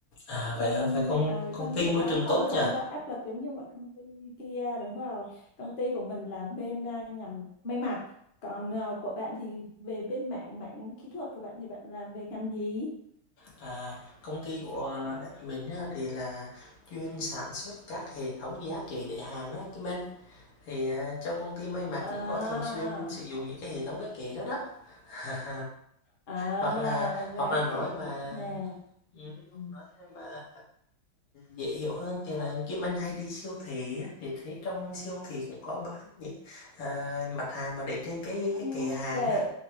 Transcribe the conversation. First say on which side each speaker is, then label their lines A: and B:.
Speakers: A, on the left; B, on the left.
A: à,
B: lên
A: vậy hả? Vậy công
B: ờ,
A: công
B: thân
A: ty
B: thiện
A: môi
B: lắm
A: trường
B: không
A: tốt
B: không
A: nhỉ?
B: có áp lực giống như mọi công ty kia đúng rồi công ty của mình làm bên ờ, ngành may mặc còn ờ, của bạn thì về bên mảng mảng kỹ thuật của bạn thì bạn làm về ngành gì
A: À, công ty của mình á, thì là chuyên sản xuất các hệ thống giá kệ để hàng á, Kim Anh. Thì à, trong công ty may mặc
B: à
A: cũng có thường xuyên sử dụng những cái hệ thống cái kệ đó đó. <laughs>
B: à
A: Hoặc là
B: gá
A: hoặc là nói
B: kệ
A: mà
B: để hàng
A: ừ, hoặc
B: Ừ.
A: nói mà dễ hiểu hơn thì là Kim Anh hay đi siêu thị á, thì thấy trong siêu thị cũng có bán những à, mặt hàng mà để trên cái
B: khung
A: cái kệ hàng
B: kệ
A: đó.